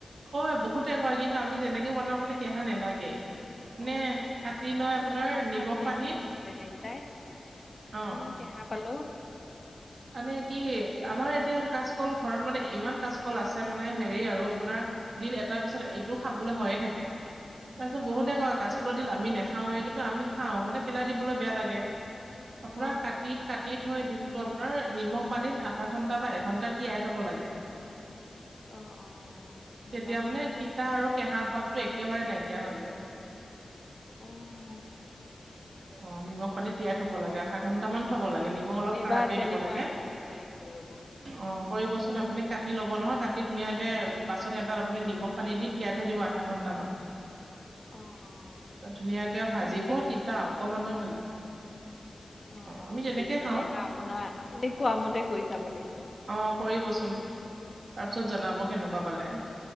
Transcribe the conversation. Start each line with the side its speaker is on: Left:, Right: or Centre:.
Right: কয় বহুতে কয়, কিন্তু আমি যেনেকে বনাও মানে কেহা নালাগে। মানে
Left: অ
Right: কাটি লৈ
Left: ত
Right: আপোনাৰ
Left: আমাৰ
Right: নিমখ
Left: ঘৰতো এদিন
Right: পানীত
Left: আনিছিলে দেউতাই
Right: অ
Left: ইমান কে'হা পালো।
Right: মানে কি আমাৰ এতিয়া কাচকল ঘৰত মানে ইমান কাচকল আছে মানে হেৰি আৰু আপোনাৰ দিল এটাৰ পিছত ইটো খাবলৈ হয়য়ে থাকে। তাৰপিছত বহুতে
Left: অ
Right: কয় কাচকলৰ দিল আমি নাখাওঁৱে, কিন্তু আমি খাওঁ মানে পেলাই দিবলৈ বেয়া লাগে। আপোনাৰ
Left: অ
Right: কাটি কাটি থৈ দিলটো আপ আপোনাৰ নিমখ পানীত আধা ঘন্টা বা এঘন্টা তিয়াই থব লাগে।
Left: অ', অ', নাজানো
Right: তেতিয়া মানে
Left: নহয়।
Right: তিতা আৰু কে'হা ভাৱটো এক একেবাৰে নাইকিয়া হৈ যায়।
Left: অ'।
Right: অ', নিমখ পানীত তিয়াই থ'ব লাগে। আধা ঘন্টামান থব লাগে নিমখ অলপ
Left: এইবাৰ
Right: কাৰাকে
Left: তেনেকুৱা
Right: দিব লাগে।
Left: কৰিব লাগিব ৰ'ব।
Right: অ', কৰিবচোন আপুনি কাটি লব নহয় কাটি ধুনীয়াকে বাচন এটাত আপুনি নিমখ পানী দি তিয়াই থৈ দিব আধা ঘণ্টামান।
Left: <inaudible> অ', অ',
Right: ধুনীয়াকে ভাজিব
Left: মই বিশেষকে
Right: তিতা
Left: নাজানো
Right: অকমানো নেলাগে।
Left: অ', অ',
Right: আমি তেনেকে
Left: ঠিক আছে,
Right: খাওঁ
Left: এইবাৰ আপোনাৰ আপুনি কোৱা মতে কৰি চাব লাগিব।
Right: অ', কৰিবচোন তাৰপিছত জনাব
Left: উম
Right: কেনেকুৱা পালে?